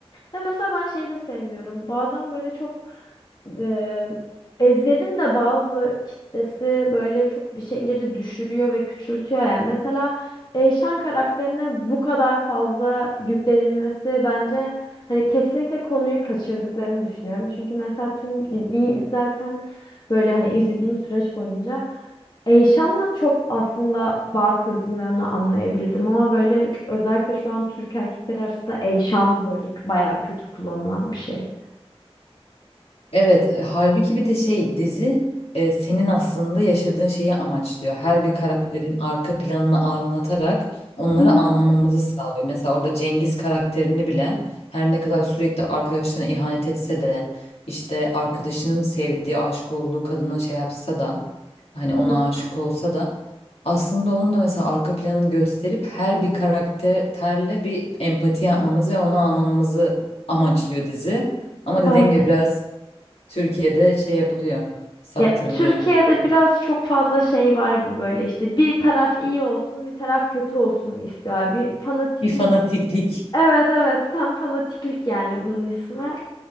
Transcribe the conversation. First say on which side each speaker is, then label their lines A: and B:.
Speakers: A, on the left (about 45°); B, on the left (about 70°).
A: Ve mesela ben şeyi de sevmiyorum. Bazen böyle çok e, Ezhel'in de bazı kitlesi böyle çok bir şeyleri düşürüyor ve küçültüyor yani. Mesela Eyşan karakterine bu kadar fazla yüklenilmesi bence hani kesinlikle konuyu kaçırdıklarını düşünüyorum. Çünkü mesela tüm diziyi izlerken böyle hani izlediğim süreç boyunca Eyşan'la çok aslında bağ kurdum ve onu anlayabildim ama böyle özellikle şu an Türk erkekler arasında Eyşan böyle bayağı kötü kullanılan bir şey.
B: Evet, e, halbuki bir de şey dizi e, senin aslında yaşadığın şeyi amaçlıyor. Her bir karakterin arka planını anlatarak onları
A: Hı hı.
B: anlamamızı sağlıyor. Mesela orada Cengiz karakterini bile her ne kadar sürekli arkadaşlarına ihanet etse de işte arkadaşının sevdiği, aşık olduğu kadına şey yapsa da hani ona
A: Evet.
B: aşık olsa da Aslında onun da mesela arka planını gösterip her bir karakterle bir empati yapmamız ve onu anlamamızı amaçlıyor dizi. Ama dediğin
A: Evet.
B: gibi biraz Türkiye'de şey yapılıyor, saptırılıyor.
A: Ya Türkiye'de biraz çok fazla şey var bu böyle işte bir taraf iyi olsun bir taraf kötü olsun istiyorlar. Bir fanatiklik.
B: Bir fanatiklik
A: Evet evet tam fanatiklik yani bunun ismi.